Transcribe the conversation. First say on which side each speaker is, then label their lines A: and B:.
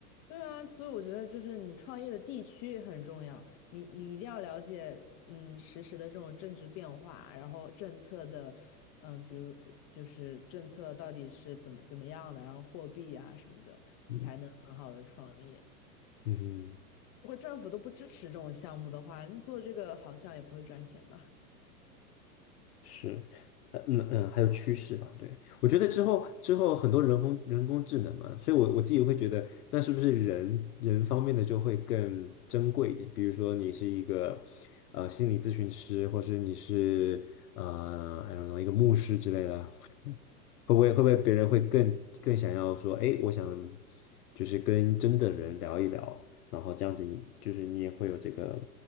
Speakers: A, on the left (about 45°); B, on the left (about 70°).
A: 对啊，所以我觉得就是你创业的地区也很重要，你你一定要了解，嗯，实时的这种政治变化，然后政策的，嗯，比如就是政策到底是怎么怎么样的，然后货币啊什么的，
B: 嗯
A: 你才能很好的创业。
B: 嗯哼。
A: 如果政府都不支持这种项目的话，你做这个好像也不会赚钱吧？
B: 是，呃嗯嗯，还有趋势吧，对，我觉得之后之后很多人工人工智能嘛，所以我我自己会觉得，那是不是人人方面的就会更珍贵一点？比如说你是一个呃心理咨询师，或是你是呃 I don't know 一个牧师之类的，会不会会不会别人会更更想要说，哎，我想就是跟真的人聊一聊，然后这样子你就是你也会有这个，